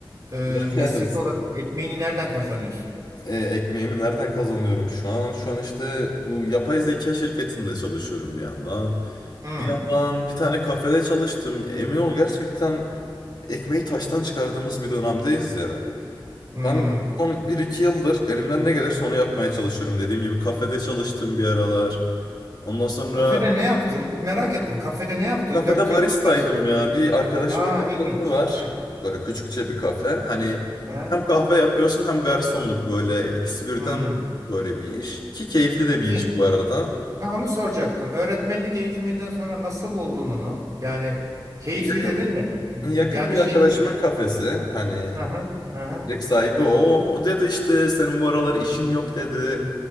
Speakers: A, on the right (about 45°); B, on the left (about 55°).
A: e,
B: Yani,
A: mesleki olarak ekmeğini nereden kazanıyorsun?
B: <laughs> e, ekmeğimi nereden kazanıyorum şu an? Şu an işte bu yapay zeka şirketinde çalışıyorum bir yandan.
A: Hmm,
B: Bir yandan bir tane kafede çalıştım. Emin ol gerçekten ekmeği taştan çıkardığımız bir dönemdeyiz ya.
A: hmm.
B: Ben son bir iki yıldır elimden ne gelirse onu yapmaya çalışıyorum. Dediğim gibi kafede çalıştım bir aralar. Ondan sonra
A: Kafede ne yaptın? Merak ettim. Kafede ne yaptın?
B: Kafede
A: 4
B: baristaydım
A: yıl üniversite.
B: ya. Bir arkadaşımın
A: Aa
B: kafesi
A: ilginç.
B: var.
A: He.
B: Böyle küçükçe bir kafe. Hani
A: He.
B: hem kahve yapıyorsun hem garsonluk böyle ikisi birden
A: Hmm.
B: böyle bir iş. Ki keyifli
A: Peki.
B: de bir iş bu arada.
A: Ha, onu soracaktım. Öğretmenlik eğitiminden sonra nasıl buldun onu? Yani keyifli
B: Yakın
A: dedin de.
B: yakın
A: Yani
B: bir
A: bir
B: arkadaşımın
A: şey...
B: kafesi. Hani
A: Aha, aha.
B: direkt sahibi o. O dedi işte senin bu aralar işin yok dedi.